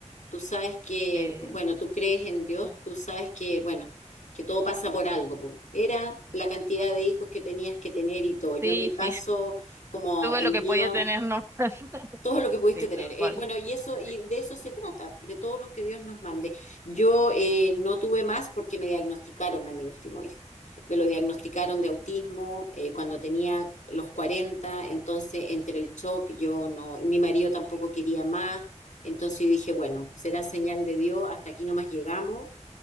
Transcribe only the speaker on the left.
tú sabes que,
bueno, tú crees en
Dios,
tú sabes que, bueno, que todo pasa por algo. po. Era la cantidad de hijos que tenías que tener y todo. Yo
en mi caso,
como
el
mío
todo lo que pudiste
tener.
Eh,
bueno, y eso,
y de eso se trata, de todos los que Dios nos mande. Yo eh, no tuve más porque me diagnosticaron a mi último hijo. Me lo diagnosticaron de autismo eh, cuando tenía los cuarenta entonces entre el shock yo no, y mi marido tampoco quería más, entonces yo dije, bueno, será señal de Dios, hasta aquí nomás llegamos